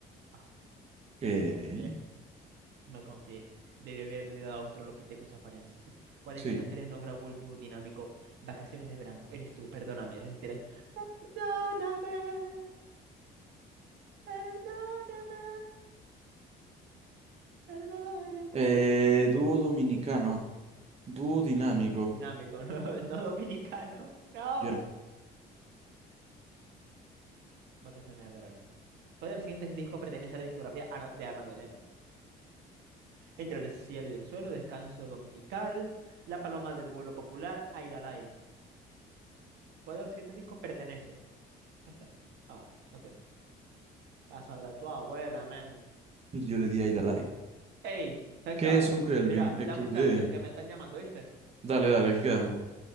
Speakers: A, on the right; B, on the right.
A: Ah,
B: ¿Qué?
A: no confié, no confié. Debí haberle dado Australopithecus afarensis. ¿Cuál de
B: Sí.
A: estas canciones no grabó el dúo dinámico Vacaciones de verano? Eres tú, perdóname, resistiré. Perdóname, perdóname, perdóname.
B: Eh, dúo dominicano, dúo dinámico.
A: Dinámico, no, <laughs> no dominicano. No.
B: Ya,
A: Vacaciones de verano. ¿Cuál de los siguientes discos pertenece a la discografía Ana- de Ana Belén? Entre el cielo y el suelo, Descanso Dominical, La Paloma del Vuelo Popular, Aidalay. ¿Cuál de los siguientes discos pertenece? Ya Está. Ah, ok. La sabrá tu abuela, man.
B: Yo le di a Idalai.
A: Ey, Hexa,
B: ¿Qué es un Kelvin?
A: mira,
B: XD.
A: dame un chance, que me están llamando, ¿viste?
B: Dale, dale, aquí quedamos.